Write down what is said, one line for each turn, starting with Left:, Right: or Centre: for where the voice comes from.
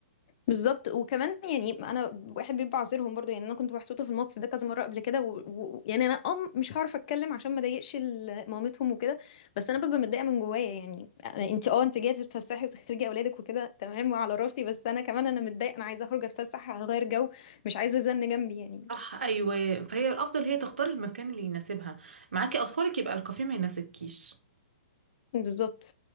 Left: بالظبط وكمان يعني انا واحد بيبقى عذرهم برضه يعني انا كنت محطوطه في الموقف ده كذا مره قبل كده و... و... يعني انا ام مش هعرف اتكلم عشان ما اضايقش ال- مامتهم وكده بس انا ببقى متضايقه من جوايا يعني أنا... انت اه انت جايه تتفسحي وتخرجي اولادك وكده تمام وعلى راسي بس انا كمان انا متضايقه انا عايزه اخرج اتفسح اغير جو مش عايزه زن جنبي يعني
Right: صح ايوه فهي الافضل هي تختار المكان اللي يناسبها معاكي اطفالك يبقى الكافيه ما يناسبكيش
Left: بالظبط